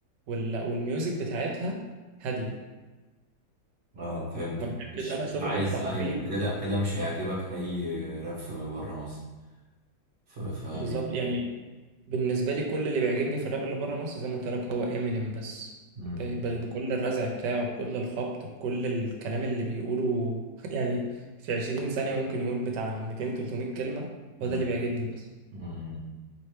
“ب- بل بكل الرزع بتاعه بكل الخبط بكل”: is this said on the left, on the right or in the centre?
Right